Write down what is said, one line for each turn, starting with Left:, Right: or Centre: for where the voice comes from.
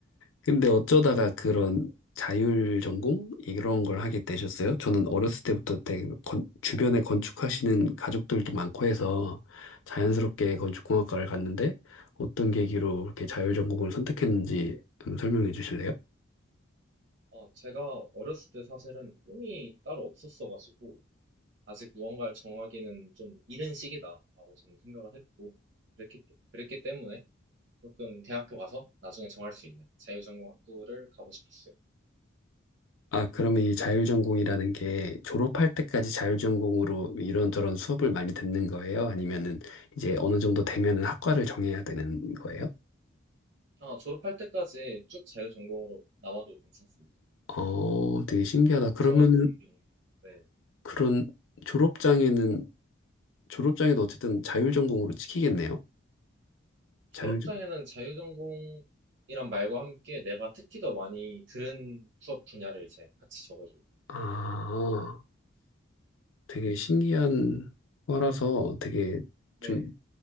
Left: 근데 어쩌다가 그런 자율 전공? 이런 걸 하게 되셨어요? 저는 어렸을 때부터 되게 건- 주변에 건축하시는 가족들도 많고 해서 자연스럽게 건축공학과를 갔는데 어떤 계기로 이렇게 자율 전공을 선택했는지 좀 설명해 주실래요?
Right: 아, 제가 어렸을 때 사실은 꿈이 따로 없었어가지고 아직 무언가를 정하기는 좀 이른 시기다라고 저는 생각을 했고 그랬기, 그랬기 때문에 조금 대학교 가서 나중에 정할 수 있는 자유전공학부를 가고 싶었어요.
Left: 아, 그러면 이 자율전공이라는 게 졸업할 때까지 자율전공으로 이런저런 수업을 많이 듣는 거예요? 아니면은 이제 어느 정도 되면은 학과를 정해야 되는 거예요?
Right: 아, 졸업할 때까지 쭉 자유전공으로 남아도 괜찮습니다.
Left: 어, 되게 신기하다. 그러면은
Right: 저 같은 경우에 네.
Left: 그런 졸업장에는, 졸업장에도 어쨌든 자율전공으로 찍히겠네요? 자율전,
Right: 졸업장에는 자유전공이란 말과 함께 내가 특히 더 많이 들은 수업 분야를 이제 같이 적어줘요.
Left: 아, 되게 신기한 거라서 되게
Right: 네.
Left: 좀